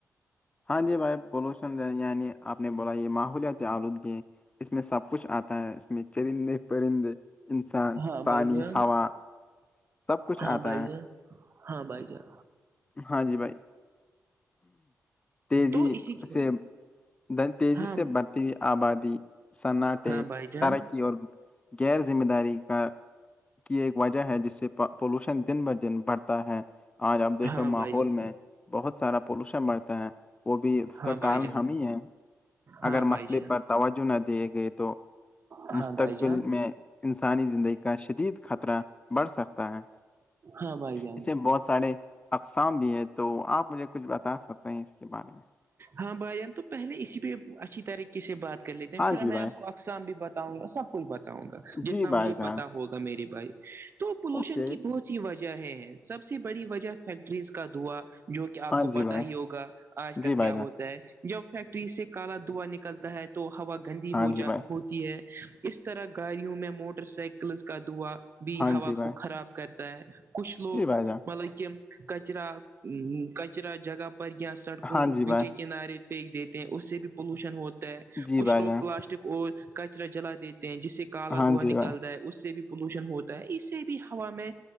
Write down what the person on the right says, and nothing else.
ہاں
بھائی جان
ہاں
بھائی
جان ہاں بھائی جان
تو اسی کی
ہاں
ہاں بھائی جان
ہاں
بھائی جان
ہاں بھائی
جان
ہاں
بھائی
جان
ہاں
بھائی جان
ہاں بھائی جان
ہاں بھائی جان تو پہلے اسی پہ اچھی طریقے سے بات کر لیتے ہیں
پھر
میں
آپ کو اقسام بھی بتاؤں گا سب کچھ بتاؤں گا جتنا
مجھے
پتا ہو ہوگا میری بھائی تو پولوشن
کی بہت ی وجہ ہے سب سے بڑی وجہ فیکٹریز کا دھواں جو کہ آپ
کو
پتا
ہی ہوگا آج کل
کیا
ہے جب فیکٹری سے کالا دھوا نکلتا ہے تو ہوا گندی
ہو
جا
ہو ہے اس طرح گاڑیوں میں موٹر سائیکلس کا دعا بھی
ہوا
کو خراب کرتا ہے کچھ لوگ
مطلب کہ کچرا کچرا جگہ پر کیا سڑکوں
ان کے کنارے پھینک دیتے ہیں اس سے بھی پولوشن ہوتا ہے
کچھ
لوگ
پلاسٹک اور کچرا جلا دیتے ہیں جس سے کالا
دھواں
نکل
رہا ہے اس سے بھی پولوشن ہوتا ہے اس سے بھی ہوا میں